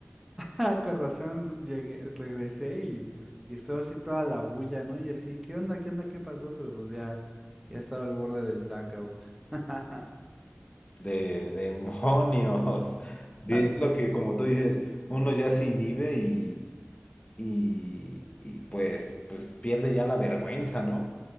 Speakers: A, in the centre; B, on the left.
A: <laughs> Ah, con razón llegué, regresé y, y estaba así toda la bulla, ¿no? Y así, ¿qué onda? ¿Qué onda? ¿Qué pasó? Pero pues ya, ya estaba al borde del blackout. <laughs>
B: De demonios. <laughs> Es
A: Sí.
B: lo que, como tú dices, uno ya se inhibe y, y, y pues, pues pierde ya la vergüenza, ¿no?